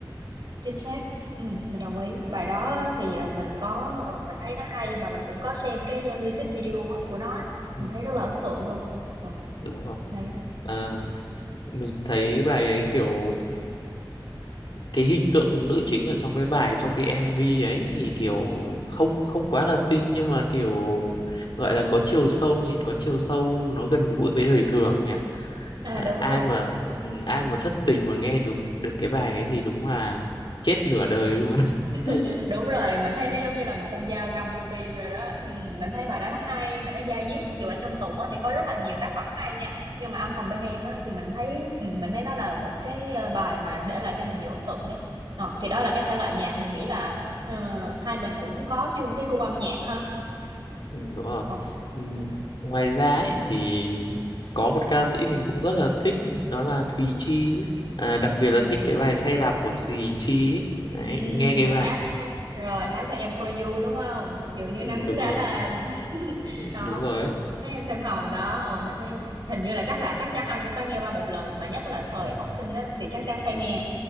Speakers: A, on the right (about 60°); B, on the left (about 65°).
A: chính xác ừ, mình đồng ý bài đó thì ờ, mình có ờ, mình thấy nó hay mà mình cũng có xem cái ờ, music video á, của nó á.
B: ừ,
A: mình thấy rất là ấn tượng luôn ờ
B: đúng rồi
A: đấy
B: à, mình thấy bài ấy kiểu cái hình tượng nữ chính ở trong cái bài trong cái MV ấy thì kiểu không không quá là xinh nhưng mà kiểu gọi là có chiều sâu nhìn có chiều sâu nó gần gũi với đời thường nhỉ
A: à,
B: à,
A: đúng
B: ai
A: rồi
B: mà ừ, ai mà thất tình mà nghe được được cái bài ấy thì đúng là chết nửa đời luôn <laughs>
A: <laughs> đúng rồi mình thấy nó giống như là một con dao găm vô tim rồi đó ừ, mình thấy bài đó nó hay mà nó dai dứt dù là Sơn Tùng á thì có rất là nhiều tác phẩm hay nha nhưng mà âm thầm bên em á thì mình thấy ừ, mình thấy nó là một cái ờ, bài mà để lại cho mình nhiều ấn tượng ấy Ờ, thì đó là cái thể loại nhạc mình nghĩ là ờ, hai mình cũng có chung cái gu âm nhạc ha
B: Ừ, đúng rồi.
A: Ờ.
B: Ừ,
A: ừ.
B: Ngoài ra ấy, thì có một ca sĩ mình cũng rất là thích đó là Thùy Chi ấy. à, đặc biệt
A: À.
B: là thích cái bài xe đạp của Thùy Chi ấy.
A: Ừ,
B: Đấy, nghe cái
A: mà
B: bài
A: hát hát rồi hát với em for you đúng không? Dường như
B: ừ,
A: nắng
B: đúng
A: đã
B: rồi
A: làm <laughs>
B: Ừ,
A: đó.
B: đúng rồi ấy.
A: Mấy em thêm hồng đó, ôi mình thấy hình như là chắc là chắc chắn ai cũng phải nghe qua một lần mà nhất là
B: Ừ,
A: thời học sinh á thì chắc chắn phải
B: đúng.
A: nghe.